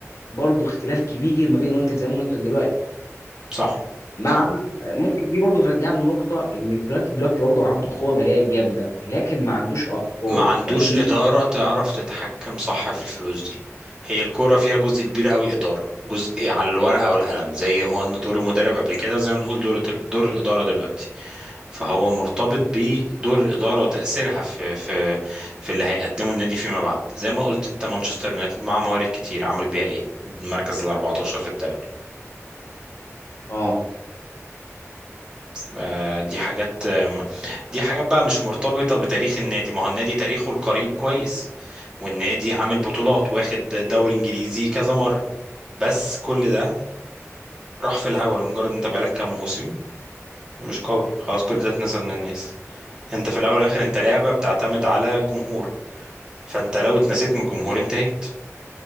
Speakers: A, on the left (about 70°); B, on the right (about 15°).
A: برضه اختلاف كبير ما بين اليونايتد زمان واليونايتد دلوقتي
B: صح
A: مع
B: صح
A: ممكن دي برضه ترجعنا لنقطة إن اليونايتد دلوقتي برضه عنده قوة مالية جامدة لكن ما عندوش ألقاب
B: ما عندوش
A: فدي
B: إدارة تعرف تتحكم صح في الفلوس دي هي الكورة فيها جزء كبير قوي إدارة جزء على الورقة والقلم زي ما قلنا دور المدرب قبل كده زي ما نقول دور دور الإدارة دلوقتي فهو مرتبط بدور الإدارة وتأثيرها في في في اللي هيقدمه النادي فيما بعد زي ما قلت أنت مانشستر يونايتد مع موارد كتير عمل بيها إيه المركز ال 14 في الدوري
A: اه
B: آه، دي حاجات آم، دي حاجات بقى مش مرتبطة بتاريخ النادي ما هو النادي تاريخه القريب كويس والنادي عامل بطولات واخد دوري انجليزي كذا مرة بس كل ده راح في الهوا لمجرد انت بقالك كام موسم مش قوي خلاص كل ده اتنسى من الناس انت في الاول والاخر انت لعبة بتعتمد على الجمهور فانت لو اتنسيت من الجمهور انتهيت